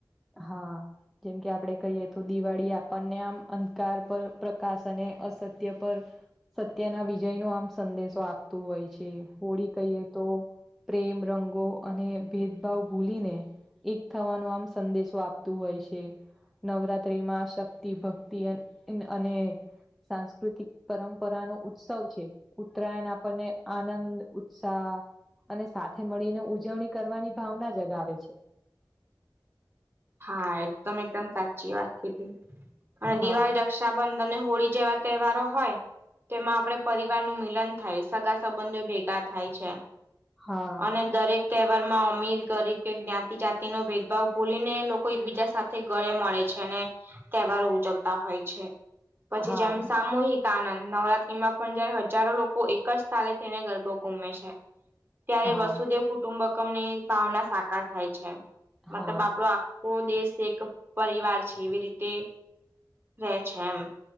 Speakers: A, in the centre; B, on the right.
A: હા જેમ કે આપડે કહીએ તો દિવાળી આપણને આમ અંધકાર પર પ્રકાશ અને અસત્ય પર સત્યના વિજય નો આમ સંદેશો આપતું હોય છે હોળી કહીએ તો પ્રેમ રંગો અને ભેદભાવ ભૂલીને એક થવાનું આમ. સંદેશો આપતું હોય છે. નવરાત્રિમાં શક્તિ ભક્તિ અને સાંસ્કૃતિક પરંપરા નો ઉત્સવ છે. ઉત્તરાયણ આપણને આનંદ ઉત્સાહ અને સાથે મળીને ઉજવણી કરવાની ભાવના જગાવે છે.
B: હા એકદમ એકદમ સાચી વાત કી હતી અને
A: હા
B: દિવાળી દક્ષ. રક્ષાબંધન હોળી જેવા તહેવારો હોય. તેમાં આપે પરિવાર નું મિલન થાય સગા સંબંધો ભેગા થાય છે.
A: હા
B: અને દરેક તહેવાર માં અમીર ગરીબ કે જ્ઞાતિ જાતિ નો ભેદભાવ ભૂલીને લોકો એકબીજા સાથે ઘળે મળે છે અને તહેવારો ઉજવતા હોય છે. પછી
A: હા
B: જેમ સામૂહિક આનંદ નવરાત્રી માં પણ જયારે હજારો લોકો એક જ સ્થાલે તેઈને ગરબો ગુમે છે. ત્યારે
A: હા
B: વસુદેવ કુટુંબકમ ની ભાવના સાકાર થાય છે મતલબ
A: હા
B: આપડો દેશ એક પરિવાર છે એવી રીતે રહે છે એમ